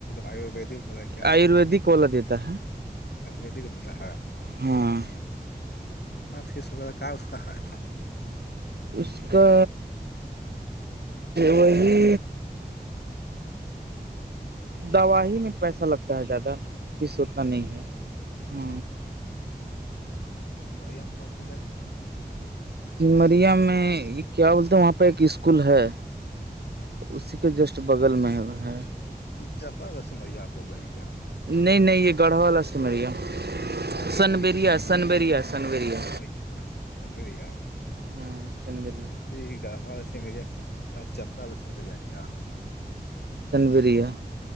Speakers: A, on the left; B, on the right.
A: آیورویدک ت کیا
B: آیورویدک والا دیتا ہے
A: د دیتا ہاں
B: ہاں
A: کتنا فیس ہوگیر کا اس کا ہے
B: اس کا وہی دوا ہی میں پیسہ لگتا ہے زیادہ فیس اتنا
A: دوائی
B: نہیں
A: میں
B: ہے سب
A: اچھا
B: ہو
A: اچھا سمریا میں کون سی جگہ
B: سمریا میں کیا بولتے ہیں وہاں پہ ایک اسکول ہے
A: اچھا اچھا
B: اسی کے جسٹ بغل میں بہہ
A: ای جاتا ہوگا سمریا اپ بول رہے ہیں کیا
B: نہیں- نہیں یہ گڑھا والا سمریا-
A: کہاں
B: سنبریا
A: مل گئی سمریا
B: سنبریا سنبریا
A: اچھا سنگریا-
B: ہاں سنبریا
A: ہم تو یہ گاؤں والوں سے ملے کا ا چپل سی مل گیا کیا-
B: سنبیریا